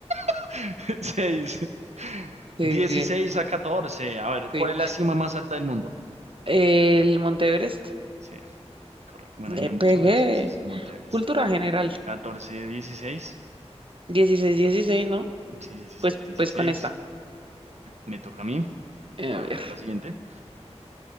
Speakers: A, on the right (about 80°); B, on the right (about 50°).
A: <laughs> Seis.
B: Sí,
A: dieciséis
B: bien.
A: a catorce A ver,
B: Sí.
A: ¿cuál es la cima más alta del mundo?
B: El Monte Everest.
A: Sí, correcto. Bueno,
B: Le
A: ahí no
B: pegué.
A: han dicho, pero sí, sí, es el Monte Everest.
B: Cultura general.
A: catorce dieciséis
B: ¿16, 16, ¿no?
A: Sí, dieciséis
B: Pues,
A: dieciséis
B: pues con esta.
A: Me toca a mí.
B: A
A: A
B: ver.
A: ver, lea la siguiente.